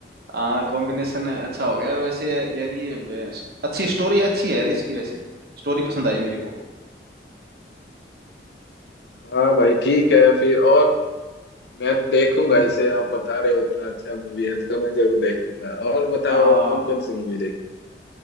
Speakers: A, on the right; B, on the left.
A: हाँ कॉम्बिनेशन अच्छा हो गया और वैसे यार ये बेस- अच्छी स्टोरी अच्छी है यार इसकी वैसे स्टोरी पसंद आई मेरे को
B: हाँ भाई ठीक है फिर और मैं देखूंगा
A: हम्म,
B: इसे आप बता रहे हो उतना अच्छा मूवी है तो मैं जरूर देखूंगा और बताओ
A: हाँ हाँ,
B: और कौन
A: हाँ।
B: कौन सी मूवी देखी